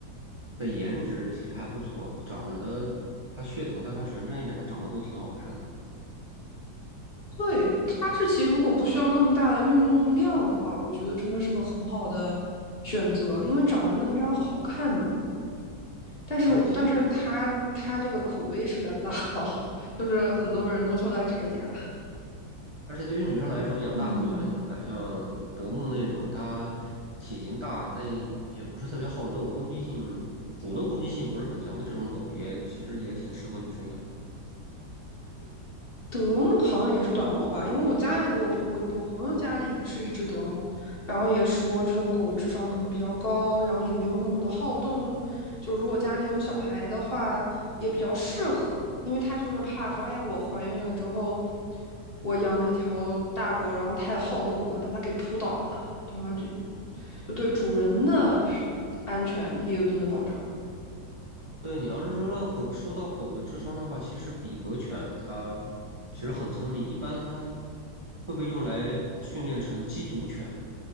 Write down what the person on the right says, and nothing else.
的颜值其实还不错，长得它血统但凡纯正一点，它长得都挺好看的。
而且
而且对于女生来说，养大狗有安全感，
像德牧那种，它体型大，但也不是特别好斗，攻击性、主动攻击性不是很强的这种狗，也其实也挺适合女生养。
对，你要是说到狗，说到狗的智商的话，其实比格犬它其实很聪明，一般它会被用来训练成缉毒犬，